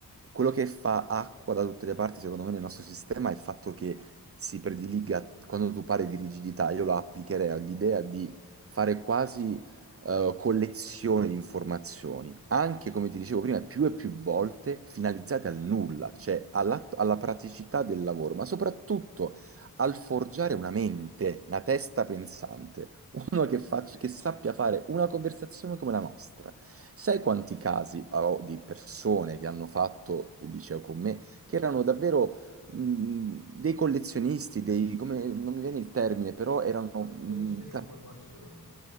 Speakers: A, on the right; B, on the left.
A: quello che fa acqua da tutte le parti, secondo me, nel nostro sistema è il fatto che si prediliga, quando tu parli di rigidità, io la applicherei all'idea di fare quasi eh, collezione di informazioni, anche come ti dicevo prima, più e più volte finalizzate al nulla, cioè alla alla praticità del lavoro, ma soprattutto al forgiare una mente, una testa pensante, uno che, faccia- che sappia fare una conversazione come la nostra. Sai quanti casi ho di persone che hanno fatto il liceo con me, che erano davvero mh, dei collezionisti, dei, come, non mi viene il termine, però erano...
B: collezionisti
A: mh,
B: di
A: ca-
B: informazioni.